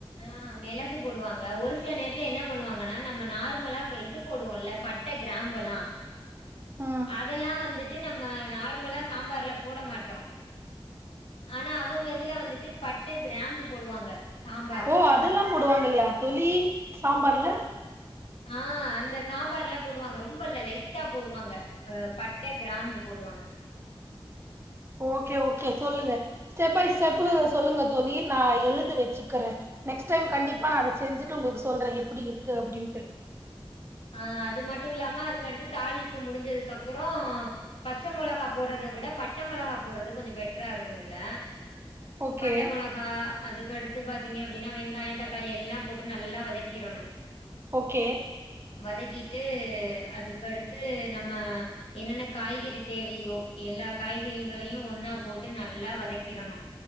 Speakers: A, on the left; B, on the right.
A: ஆ மிளகு போடுவாங்க ஒரு சில நேரத்துல என்ன பண்ணுவாங்கன்னா நம்ம நார்மலா க இது போவோல்ல பட்ட கி ராம்பல்லா
B: ம்
A: அதெல்லா வந்துட்டு நம்ம நார்மலா சாம்பார்ல போட மாட்டோ ஆனா அவங்க இதுல வந்துட்டு பட்ட கிராம்பு போடுவாங்க சாம்பார்ல
B: ஓ அதெல்லா போடுவாங்க இல்லையா தோழி சாம்பார்ல
A: ஆ அந்த சாம்பார்ல போடுவாங்க ரொம்ப இல்ல லைட்டா போடுவாங்க அ பட்ட கிராம்பு போட் டுவாங்க
B: ஓகே ஓகே சொல்லுங்க ஸ்டெப் பை ஸ்டெப்புக்கு சொல்லுங்க தோழி நா எழுதி வெச்சுக்கறே நெக்ஸ்ட் டைம் கண்டிப்பா நா அத செஞ்சுட்டு உங்களுக்கு சொல்றே எப்புடி இருக்கு அப்புடின்ட்டு
A: ஆ அது மட்டும் இல்லாம அதுக்குடுத்து தாளிப்பு முடிஞ்சதுக்கு அப்புறம் பச்சை மிளகா போறது இத கூட பட்டை மிளகா போடுறது கொஞ்சம் பெட்டரா இருக்கும்துல
B: ஓகே
A: பட்டை மொளகா அதுக்கடுத்து எத்து பாத்தீங்க அப்படின்னா வெங்காயம் தக்காளி எல்லாம் போட்டு நல்லா வதக்கிடணும்
B: ஓகே
A: வதக்கிட்டு அதுக்கடுத்து நம்ம என்னென்ன காய்கறி தேவையோ எல்ல எல்ல காய்கறிகளையும் ஒன்னா போட்டு நல்லா வதக்கிடணும்